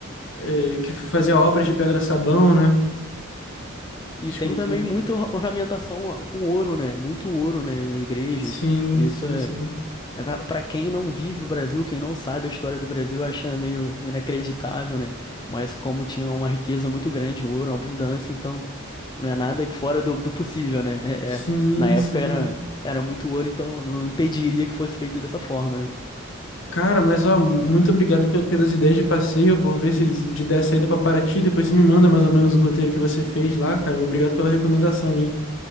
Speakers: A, on the left; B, on the left.
A: eh, que fazia obras de pedra-sabão, né?
B: E
A: Esculturas.
B: tem também muita or- ornamentação com ouro, né? Muito ouro, né? Nas igrejas.
A: Sim,
B: Isso
A: sim,
B: é.
A: sim.
B: para quem não vive o Brasil, quem não sabe a história do Brasil, acha meio inacreditável, né? Mas como tinha uma riqueza muito grande, ouro, uma abundância, então não é nada que fora do, do possível, né? É-
A: Sim,
B: é- na época
A: sim.
B: era, era muito ouro, então não impediria que fosse feito dessa forma, né?
A: Cara, mas ó, muito obrigado pe- pelas ideias de passeio. Eu vou ver se de der saída pra Paraty. Depois você me manda mais ou menos o roteiro que você fez lá, cara. Obrigado pela recomendação aí.